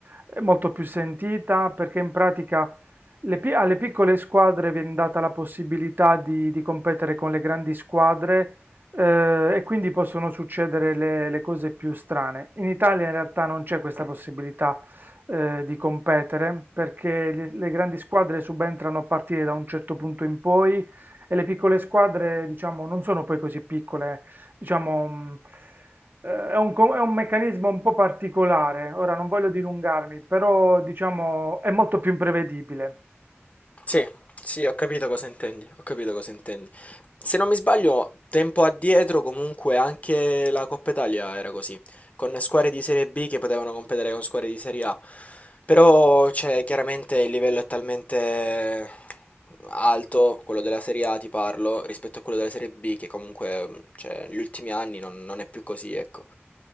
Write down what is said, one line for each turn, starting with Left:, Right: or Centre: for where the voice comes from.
Right: è molto più sentita perché in pratica le pi- alle piccole squadre viene data la possibilità di di competere con le grandi squadre eh, e quindi possono succedere le, le cose più strane. In Italia in realtà non c'è questa possibilità eh, di competere perché le, le grandi squadre subentrano a partire da un certo punto in poi e le piccole squadre, diciamo, non sono poi così piccole, diciamo, mh, eh, è un, co- è un meccanismo un po' particolare. Ora non voglio dilungarmi, però diciamo è molto più imprevedibile.
Left: Sì, sì, ho capito cosa intendi, ho capito cosa intendi. Se non mi sbaglio, tempo addietro comunque anche la Coppa Italia era così, con squadre di Serie B che potevano competere con squadre di Serie A. Però, cioè, chiaramente il livello è talmente alto, quello della Serie A ti parlo, rispetto a quello della Serie B, che comunque, mh, cioè, negli ultimi anni non, non è più così, ecco.